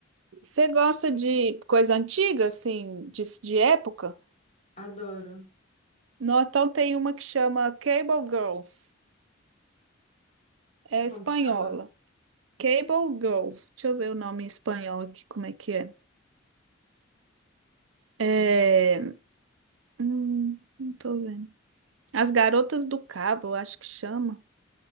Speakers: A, on the right; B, on the left.
A: Você gosta de coisa antiga, assim, de, de época?
B: Adoro.
A: No, então tem uma que chama Cable Girls. É
B: Como
A: espanhola.
B: que chama?
A: Cable Girls. Deixa eu ver o nome em espanhol aqui, como é que é. É... hum, não tô vendo. As Garotas do Cabo, eu acho que chama.